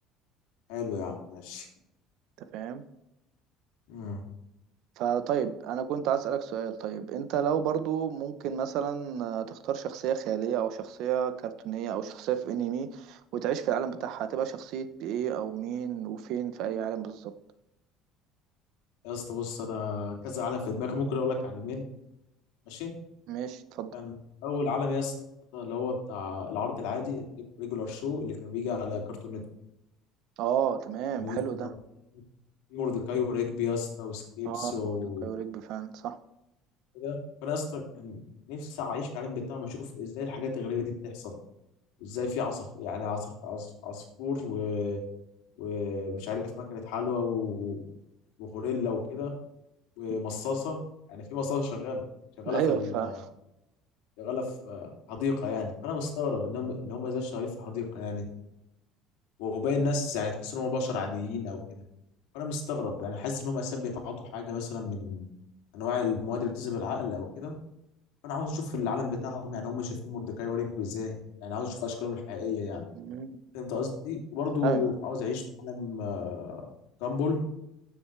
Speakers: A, on the left (about 90°); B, on the right (about 55°).
A: حلو يا عم ماشي
B: انت فاهم
A: امم
B: فطيب انا كنت عايز اسالك سؤال طيب انت لو برضو ممكن مثلا آه، تختار شخصيه خياليه او شخصيه كرتونيه او شخصيه في انمي وتعيش في العالم بتاعها هتبقى شخصيه ايه او مين وفين في اي عالم بالظبط
A: يا اسطى بص انا كذا عالم في دماغي ممكن اقول لك عالمين ماشي
B: ماشي اتفضل
A: كان اول عالم يا اسطى اللي هو بتاع العرض العادي ريجولار شو اللي كان بيجي على كرتون نتورك.
B: اه تمام
A: كان اسطى
B: حلو ده
A: في موردكاي وريجبي يا اسطى وسكريبس
B: اه
A: و
B: منطقي ورجبي فعلا صح
A: كده فانا يا اسطى كان نفسي اعيش في العالم بتاعهم اشوف ازاي الحاجات الغريبه دي بتحصل وازاي في عصف يعني عصف عصف عصفور و... ومش عارف مكنه حلوى و... وغوريلا وكده ومصاصه
B: <laughs>
A: يعني في مصاصه شغاله شغاله
B: ايوه
A: في ال...
B: فعلا
A: شغاله في حديقه يعني فانا مستغرب ان هم ان هم ازاي شغالين في حديقه يعني وباقي الناس يعني تحس ان هم بشر عاديين او كده وانا مستغرب يعني حاسس ان هم اساسا بيتعاطوا حاجه مثلا من انواع المواد اللي بتذهب العقل او كده فانا عاوز اشوف العالم بتاعهم يعني هم شايفين مردكاي ورجبي ازاي يعني عاوز اشوف اشكالهم الحقيقيه يعني
B: مم.
A: فهمت قصدي
B: <laughs>
A: وبرضو
B: ايوه
A: عاوز اعيش في عالم آه، جامبل